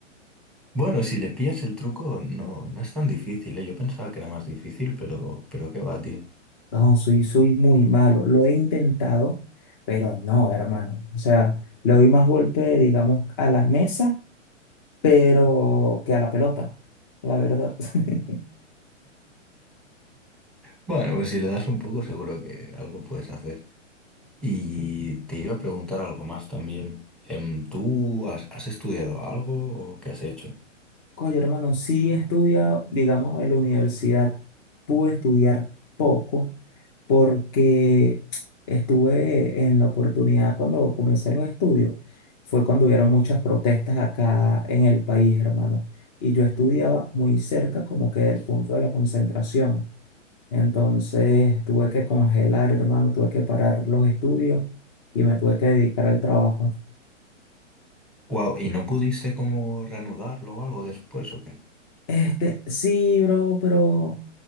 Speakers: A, in the centre; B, on the left.
A: Bueno, si le pillas el truco, no, no es tan difícil, ¿eh? Yo pensaba que era más difícil, pero, pero qué va, tío.
B: No, soy, soy muy malo. Lo he intentado, pero no, hermano. O sea, le doy más golpe, digamos, a la mesa pero que a la pelota, la verdad. <laughs>
A: Bueno, pues si le das un poco, seguro que algo puedes hacer. Y te iba a preguntar algo más también. Em, ¿tú has, has estudiado algo o qué has hecho?
B: Coño, hermano, sí he estudiado, digamos, en la universidad pude estudiar poco porque estuve en la oportunidad cuando comencé los estudios, fue cuando hubieron muchas protestas acá en el país, hermano, y yo estudiaba muy cerca como que del punto de la concentración. Entonces tuve que congelar, hermano, tuve que parar los estudios y me tuve que dedicar al trabajo.
A: Wow, ¿y no pudiste como reanudarlo o algo después o qué?
B: Este, sí, bro, pero